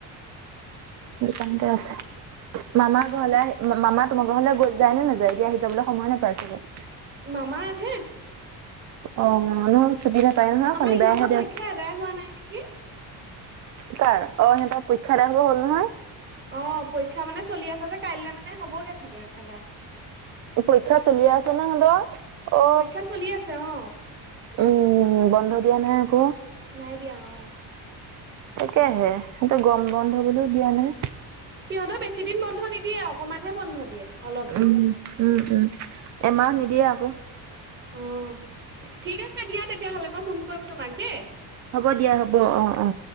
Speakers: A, on the right (about 45°); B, on the right (about 25°).
A: দোকানতে আছে। মামা ঘৰলৈ আহিলে, মামা তোমালোকৰ ঘৰলৈ যায় নে নাযায়? এতিয়া আহি যাবলৈ সময় নাপাই চাগে?
B: মামাই আহে।
A: অহ চুটি নাপাই নহয়?
B: আমাৰ
A: শনিবাৰে
B: ইহঁতৰ
A: আহে দেও
B: পৰীক্ষা আদায় হোৱা নাই নেকি?
A: কাৰ? অ সিহঁতৰ? পৰীক্ষা আদাই হব হ'ল নহয়
B: অ পৰীক্ষা মানে চলি আছে যে, কাইলৈ মানে হবগে চাগে এদাই
A: পৰীক্ষা চলি আছে নে সিহঁতৰ? অ
B: পৰীক্ষা চলি আছে অ
A: উম, বন্ধ দিয়া নাই আক।
B: নাই দিয়া অ তাকে
A: তাকেহে, সিহঁতৰ গৰম বন্ধ হ'বলৈও দিয়া নাই।
B: সিহঁতৰ বেছি দিন বন্ধ নিদিয়ে, অকমানহে বন্ধ দিয়ে। অলপ দিন
A: উম উম উম উম, এমাহ নিদিয়ে আকৌ
B: অ, তাক ঠিক আছে দিয়া তেতিয়াহলে মই ফোন কৰিম তোমাক দেই?
A: হ'ব দিয়া হ'ব অ অ